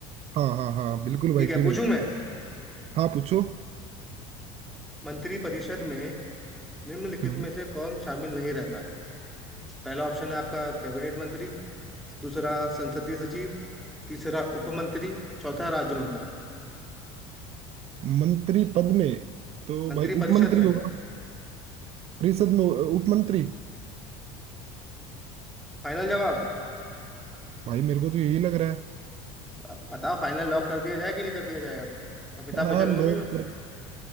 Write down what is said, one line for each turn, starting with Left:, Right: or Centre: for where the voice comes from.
Right: हाँ हाँ हाँ बिल्कुल भाई
Centre: ठीक है
Right: क्यों
Centre: पूछूं
Right: नहीं
Centre: मैं
Right: हाँ पूछो
Centre: मंत्री परिषद में निम्नलिखित
Right: हम्म
Centre: में से कौन शामिल नहीं रहता है पहला ऑप्शन है आपका कैबिनेट मंत्री दूसरा संसदीय सचिव तीसरा उप मंत्री चौथा राज्य मंत्री
Right: मंत्री पद में तो
Centre: मंत्री
Right: भाई उपमंत्री
Centre: परिषद में
Right: होगा परिषद में उपमंत्री
Centre: फाइनल जवाब
Right: भाई मेरे को तो यही लग रहा है
Centre: अब बताओ फाइनल लॉक कर दिया जाए कि नहीं कर दिया जाए अब अमिताभ
Right: हाँ
Centre: बच्चन
Right: लोग
Centre: हूँ अभी मैं
Right: कर,